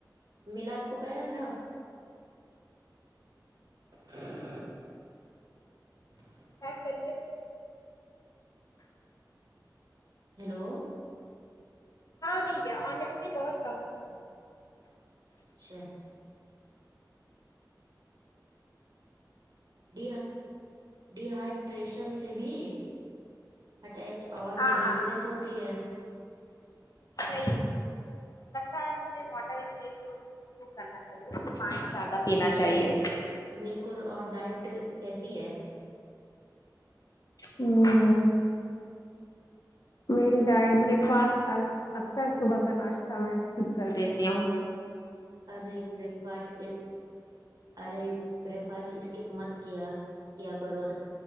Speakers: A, on the right; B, on the left.
A: ملا کو پیراگراف ا <inaudible>
B: آ سے
A: ہیلو
B: ہاں مل گیا آنیسٹلی بہت کم دیتی ہے
A: اچھا ڈ ڈ ہائڈریشن سے بھی ہٹیچ اور
B: ہاں
A: ویکنیس
B: ہاں
A: ہوتی ہے
B: صحیح ہے صحیح ہے لگتا ہے مجھے واٹر ان کرنا چاہیے مجے پانی زیادہ پینا چاہیے
A: بالکل اور ڈائٹ کیسی ہے
B: ہ میری ڈائٹ بریک فاسٹ اکثر صبح کا ناشتہ میں اسکپ کر دیتی ہوں
A: ارے بریک فاسٹ ارے بریک فاسٹ اس کے مت کیا کیا کرو